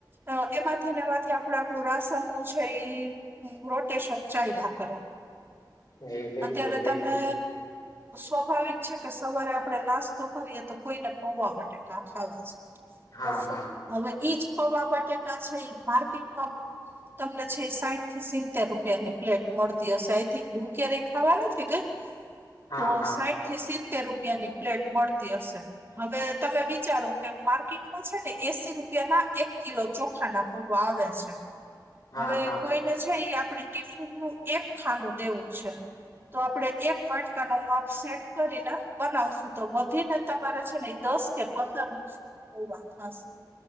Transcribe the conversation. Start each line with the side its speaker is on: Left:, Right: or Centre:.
Right: અ એમાંથી ને એમાંથી ને આપણે આપડું રાશનનું છે ઈ રોટેશન ચાઈલા કરે
Left: જી બિલકુલ
Right: અત્યારે
Left: બિલકુલ
Right: તમે સ્વાભાવિક છે કે સવારે આપડે નાસ્તો કરીએ તો કોઈને પવા બટેકા ખાવા છે.
Left: હા
Right: બરોબર
Left: હા
Right: હવે ઈ જ પવા બટેકા છે ઈ માર્કેટમાં તમને છે ઈ સાઈઠથી સીનતેર રૂપિયાની પ્લેટ મળતી હશે આઈ થિંક હું ક્યારેય ખાવા નથી ગઈ.
Left: હા
Right: તો
Left: હા
Right: સાઈઠથી સીતેર રૂપિયાની પ્લેટ મળતી હશે. હવે તમે વિચારો કે માર્કેટમાં છે ને એસી રૂપિયાના એક કિલો ચોખાના પવા આવે છે
Left: હા
Right: હવે
Left: હા
Right: કોઈ કે છે ઈ આપડે ટિફિનનું એક ખાનું દેવું છે. તો આપણેે એક વાટકાનો માપ સેટ કરીને બનાવશું. તો વધી ને તમારે છે ને ઈ દસ કે પંદર રૂપિયાની પવા થાશે.